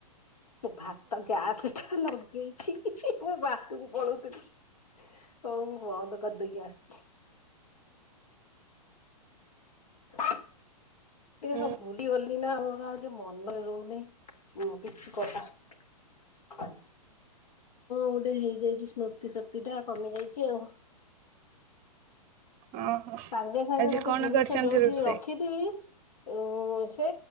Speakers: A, on the left; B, on the right.
A: ଭାତ ଗ୍ୟାସ୍ ଟା ଲ ହେଇଛି ବାଥରୁମ୍ କୁ ପଳୋଉଥିଲି ହଉ ମୁଁ ବନ୍ଦ କରିଦେଇକି ଆସୁଚି। ଟିକେ
B: ହୁଁ
A: ସବୁ ଭୁଲି ଗଲି। ଏଇନା ମୋର ଆଉ ଟିକିଏ ମନରେ ରହୁନେହିଁ କିଛି କଥା। କଁ ଓଟେ ହେଇଯାଇଚି ସ୍ମୃତିଶକ୍ତିଟା କମିଯାଇଚି ଆଉ।
B: ଓହୋ।
A: ସାଙ୍ଗେ ସାଙ୍ଗେ
B: ଆଜି
A: ଗୋଟେ
B: କଣ
A: ଜିନିଷ
B: କରିଛନ୍ତି
A: ଯୋଉଠି
B: ରୋଷେଇ
A: ରଖିଥିବି।, ଓ ସେ